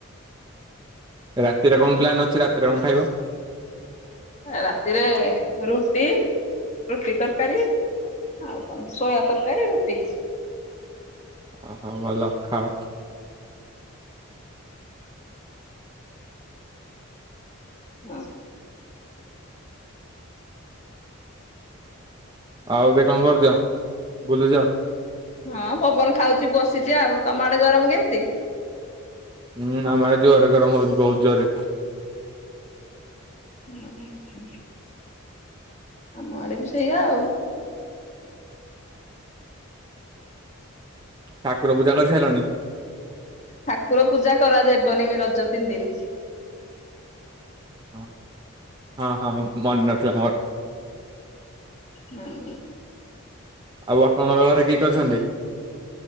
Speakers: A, on the right; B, on the left.
A: ରାତିରେ କଣ ପ୍ଲାନ୍ ଅଛି ରାତିରେ କଣ ଖାଇବ?
B: ରାତିରେ ରୁଟି ରୁଟି ତରକାରୀ। ଆଉ କଣ ସୋୟା ତରକାରୀ ରୁଟି।
A: ଓହୋ ଭଲ ଖାଅ।
B: ହୁଁ।
A: ଆଉ ଏବେ କଣ କରୁଛ ବୁଲୁଛ?
B: ହଁ ପବନ ଖାଉଛି ବସିଛି ଆଉ ତମ ଆଡେ ଗରମ କେମିତି?
A: ହୁଁ ଆମ ଆଡେ ଜୋର ଗରମ ହଉଛି ବହୁତ ଜୋରରେ।
B: ହୁଁ ହୁଁ ଆମ ଆଡେ ବି ସେଇଆ ଆଉ।
A: ଠାକୁର ପୂଜା କରିସାରିଲାଣି?
B: ଠାକୁର ପୂଜା କରାଯାଇବନି ରଜ ତିନି ଦିନ।
A: ହଁ ହଁ ହଁ ମନ ନଥିଲା ମୋର।
B: ହୁଁ।
A: ଆଉ ଆପଣଙ୍କର ଘରେ କିଏ କିଏ ଅଛନ୍ତି?